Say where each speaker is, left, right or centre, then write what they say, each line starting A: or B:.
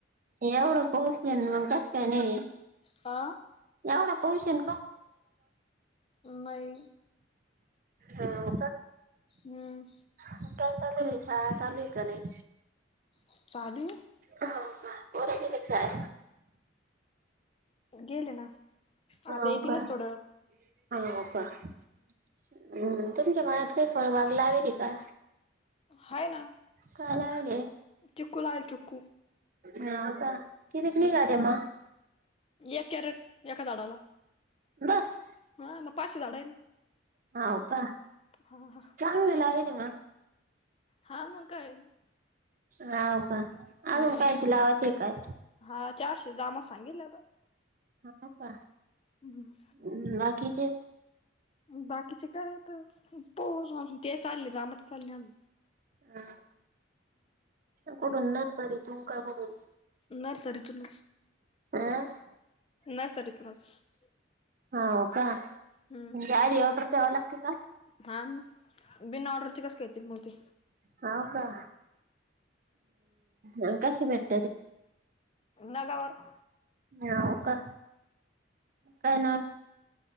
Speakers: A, on the right; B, on the left.
A: एवढं पोच ना मग कसं काय नाही.
B: ह!
A: एवढा पौशन.
B: नाही
A: हाव
B: हम्म.
A: ह चालू आहे शाळा चालू आहे की नाही.
B: चालू
A: हो का पोर तितचं हाय
B: गेले ना
A: हाव
B: आता येेत
A: का
B: नाच थोड्याळत
A: हा काम् तुमच्या मनात काही फळ वागला हवे ते का?
B: हाय ना
A: कालावले.
B: चिक्कू लावेल चिक्कू
A: ह का कितीिक
B: हम्म
A: नघ अम <unintelligible>
B: एक कॅरेट एका झाडाला
A: बस
B: हा मग पाचशे झाड आहे ना,
A: ह का
B: हा हा
A: चांगलेला आहेन म
B: हा मग काय
A: हव का?
B: हम्म
A: अजून कायची लावायची काय
B: हा चारशे जाम सांगेल आता
A: हा का
B: हम्
A: हम् बाकीचे.
B: बाकीचे काय तर पो ते चालले कामच चालणे.
A: ह का कुठून नतरी तू का कुठून
B: नर्सरीतून.
A: <inaudible>
B: न सरत्रज. <unintelligible>
A: हा हो काारी
B: हम्म
A: एवडर तेव लागत का.
B: हा मग बिन ऑर्डरची कस घेतील मग ते.
A: हो का नकाश भेट
B: नागवरर-
A: हव का काय ना.